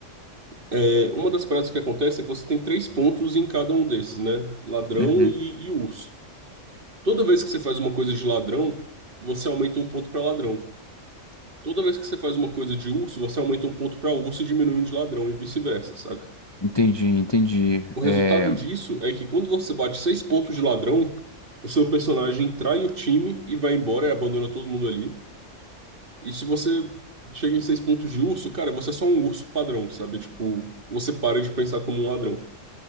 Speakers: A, on the right (about 45°); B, on the left (about 25°).
A: é, uma das práticas que acontece é que você tem três pontos em cada um desses, né? Ladrão
B: Uhum.
A: e, e urso. Toda vez que você faz uma coisa de ladrão, você aumenta um ponto pra ladrão. Toda vez que você faz uma coisa de urso, você aumenta um ponto pra urso e diminui um de ladrão, e vice-versa, saca?
B: Entendi, entendi.
A: O resultado
B: É,
A: disso é que quando você bate seis pontos de ladrão, o seu personagem trai o time e vai embora e abandona todo mundo ali. E se você chega em seis pontos de urso, cara, você é só um urso padrão, sabe? Tipo, você para de pensar como um ladrão.